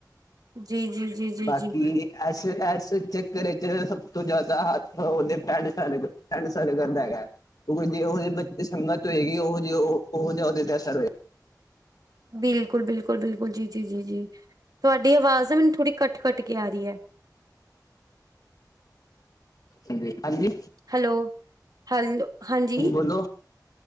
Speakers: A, on the right (about 60°); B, on the left (about 60°).
A: ਜੀ ਜੀ। ਜੀ ਜੀ
B: ਬਾਕੀ
A: ਜੀ
B: ਐਸ-ਐਸ ਚੱਕਰ 'ਚ ਸਭ ਤੋਂ ਜ਼ਿਆਦਾ ਹ ਹੋਦੇ ਪ੍ਰਾਣੇ ਚਾਲੇ ਗੱ। ਐਡ ਕਰਦਾ ਹੈਗਾ ਕਿਉਂਕਿ ਜੇ ਉਹੋ ਜਿਹੇ ਬੱਚੇ ਦੀ ਸੰਗਤ ਹੋਏਗੀ ਉਹ ਜਿਹੇ ਉਹ ਜਿਹਾ ਉਹਦੇ ਤੇ ਅਸਰ ਹੋਏਗਾ।
A: ਬਿਲਕੁਲ-ਬਿਲਕੁਲ-ਬਿਲਕੁਲ ਜੀ-ਜੀ-ਜੀ-ਜੀ ਤੁਹਾਡੀ ਆਵਾਜ਼ ਆ ਮੈਨੂੰ ਥੋੜੀ ਕੱਟ-ਕੱਟ ਕੇ ਆ ਰਹੀ ਐ
B: ਹਜੀ। ਹਾਂਜੀ-ਹਾਂਜੀ-ਹਾਂਜੀ
A: ਹੈਲੋ ਹੈਲੋ ਹਾਂਜੀ
B: ਬੋਲੋ।